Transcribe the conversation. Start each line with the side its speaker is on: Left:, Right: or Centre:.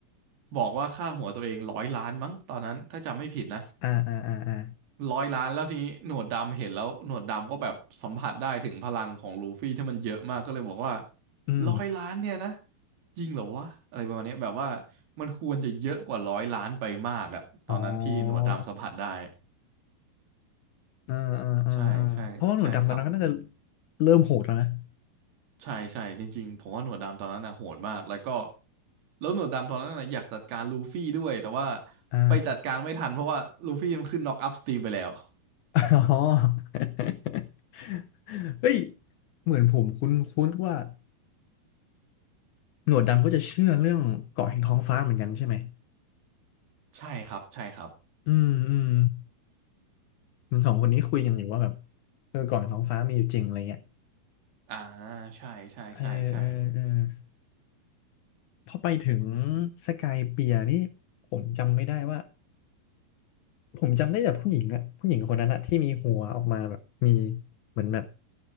Right: บอกว่าค่าหัวตัวเองร้อยล้านมั้งตอนนั้นถ้าจำไม่ผิดนะ
Left: อ่าอ่าอ่าอ่า
Right: ร้อยล้านแล้วทีนี้หนวดดำเห็นแล้วหนวดดำก็แบบสัมผัสได้ถึงพลังของลูฟี่ที่มันเยอะมากก็เลยบอกว่า
Left: อืม
Right: ร้อยล้านเนี่ยนะจริงเหรอวะอะไรประมาณเนี้ยแบบว่ามันควรจะเยอะกว่าร้อยล้านไปมากอะตอนนั้นที่หนวดดำสัมผัสได้
Left: อ๋ออ่าอ่าอ่าอ่าเพราะว่าหนวดดำตอนนั้นก็น่าจะ
Right: ใช่ใช่ใช่ครับ
Left: เริ่มโหดแล้วนะ
Right: ใช่ใช่จริงๆผมว่าหนวดดำตอนนั้นน่ะโหดมากแล้วก็แล้วหนวดดำตอนนั้นน่ะอยากจัดการลูฟี่ด้วยแต่ว่า
Left: อ่า
Right: ไปจัดการไม่ทันเพราะว่าลูฟี่มันขึ้นน็อกอัพสตรีมไปแล้ว
Left: อ๋อ <laughs> เฮ้ยเหมือนผมคุ้นคุ้นว่าหนวดดำก็จะเชื่อเรื่องเกาะแห่งท้องฟ้าเหมือนกันใช่ไหม
Right: ใช่ครับใช่ครับ
Left: อืมอืมเหมันสองคนนี้คุยกันอยู่ว่าแบบเออเกาะแห่งท้องฟ้ามีอยู่จริงอะไรเงี้ย
Right: อ่าใช่ใช่ใช่ใช่
Left: เออเออเออพอไปถึงสกายเปียร์นี่ผมจำไม่ได้ว่าผมจำได้แต่ผู้หญิงอะผู้หญิงคนนั้นอะที่มีหัวออกมาแบบมีเหมือนแบบ